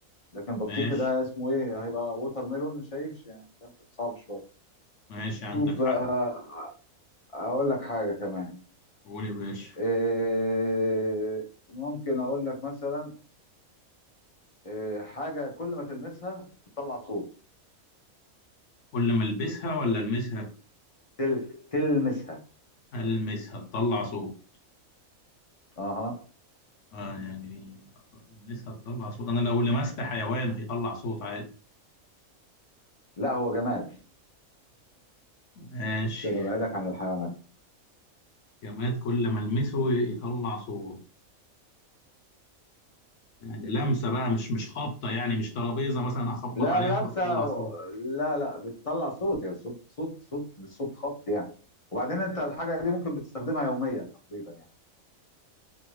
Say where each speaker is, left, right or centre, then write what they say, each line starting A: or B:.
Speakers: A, on the left (about 35°); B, on the left (about 60°).
A: لكن البطيخي
B: ماشي
A: ده اسمه ايه هيبقى ووتر ميلون مش هيمشي يعني فاهم؟ صعب شويه
B: ماشي عندك
A: شوف
B: حق
A: بقى اقول لك حاجه كمان
B: قول يا باشا
A: إيه ممكن اقول لك مثلا إيه حاجه كل ما تلمسها بتطلع صوت
B: كل ما البسها ولا المسها
A: تل... تلمسها
B: المسها تطلع صوت
A: اها
B: اه يعني لسه هتطلع صوت انا لو لمست حيوان هيطلع صوت عادي
A: لا هو جماد
B: ماشي
A: عشان ابعدك عن الحيوانات
B: جماد كل ما المسه يطلع صوت يعني لمسه بقى مش مش خبطه يعني مش ترابيزه مثلا هخبط
A: لا
B: عليها
A: لمسه
B: فتطلع
A: و-
B: صوت
A: لا لا بتطلع صوت يعني صوت صوت صوت مش صوت خبط يعني وبعدين انت الحاجه دي ممكن بتستخدمها يوميا تقريبا يعني